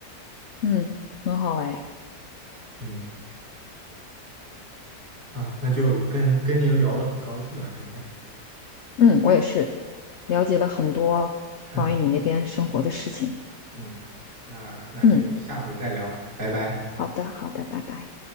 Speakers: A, on the left; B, on the right.
A: 嗯，很好哎。
B: 嗯啊，那就跟跟您聊的很高兴啊，今天，
A: 嗯，我也是了解了很多关于你那边生活的事情。
B: <laughs> 嗯，那那就下回再聊，
A: 嗯，
B: 拜拜。
A: 好的好的，拜拜。